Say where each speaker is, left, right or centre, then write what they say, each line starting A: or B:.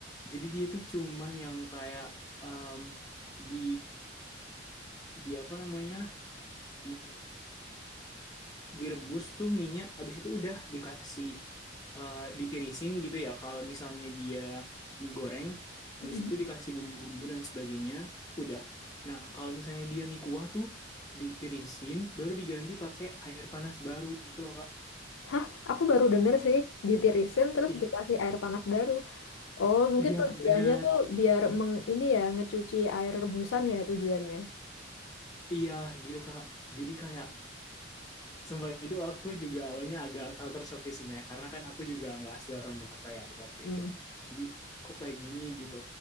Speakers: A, on the left; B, on the left.
A: jadi dia itu cuman yang kayak em, di di apa namanya di direbus tuh minyak, abis itu udah dikasih eh, ditirisin gitu ya. Kalau misalnya dia mie goreng,
B: Mm.
A: abis itu dikasih bumbu-bumbu dan sebagainya, udah. Nah, kalau misalnya dia mie kuah tuh ditirisin, baru diganti pakai air panas baru gitu loh, Kak.
B: Hah, aku baru denger sih ditirisin terus
A: Ih,
B: dikasih air panas baru. Oh, mungkin
A: iya
B: tujuannya
A: benar.
B: tuh biar meng, ini ya ngecuci air rebusan ya tujuannya.
A: Iya gitu, Kak. Jadi kayak Sumpah itu aku juga awalnya agak culture shock sih sebenarnya karena kan aku juga nggak asli orang Jakarta ya waktu
B: Mm.
A: itu. Jadi kok kayak gini gitu.